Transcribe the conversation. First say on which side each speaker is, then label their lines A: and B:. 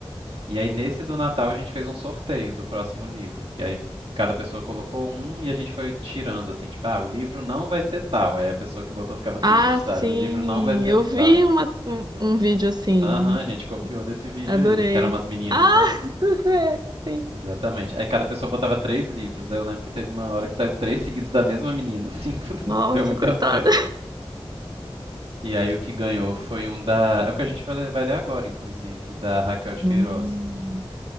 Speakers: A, on the right (about 75°); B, on the right (about 45°).
A: E aí nesse do Natal a gente fez um sorteio do próximo livro, que aí cada pessoa colocou um e a gente foi tirando assim, tipo, ah, o livro não vai ser tal. Aí a pessoa que botou ficava triste,
B: Ah,
A: sabe?
B: sim,
A: O livro não vai ser
B: eu vi
A: tal.
B: uma, um, um vídeo assim,
A: Aham, a gente copiou desse vídeo
B: adorei.
A: aí, que eram umas meninas,
B: Ah,
A: né?
B: <laughs> é, sim.
A: Exatamente. Aí cada pessoa botava três livros. Aí eu lembro que teve uma hora que saiu três seguidos da mesma menina, assim, <laughs>
B: Nossa,
A: deu muita
B: coitada.
A: pena. E aí o que ganhou foi um da. É o que a gente vai vai ler agora, inclusive, da Raquel de Queiroz.
B: Hum,